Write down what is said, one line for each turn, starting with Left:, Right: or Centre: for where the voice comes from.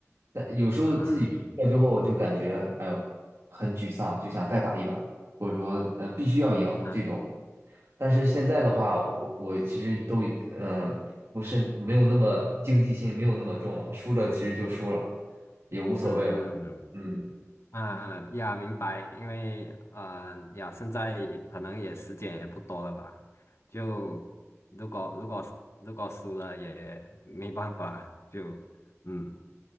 Right: 但有时候自己输了之后，
Left: 啊
Right: 就感觉哎呦很沮丧，就想再打一把，或者说呃必须要赢这种。
Left: 啊
Right: 但是现在的话，我我其实都嗯、呃不是没有那么竞技性，没有那么重了，输了其实就输了，也无所谓了。
Left: 嗯
Right: 嗯，
Left: 啊呀，明白，因为呃呀，现在可能也时间也不多了吧，就如果如果如果输了也没办法，就嗯。